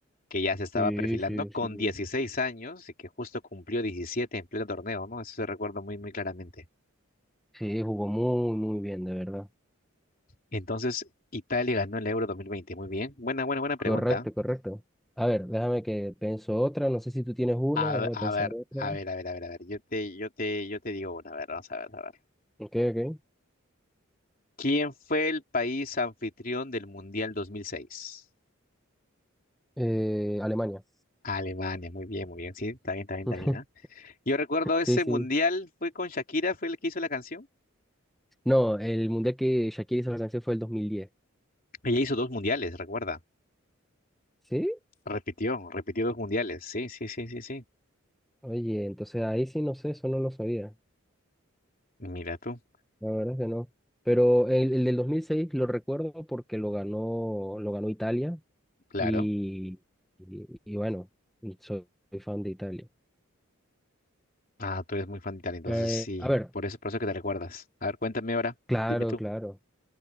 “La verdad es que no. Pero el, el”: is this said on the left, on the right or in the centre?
Centre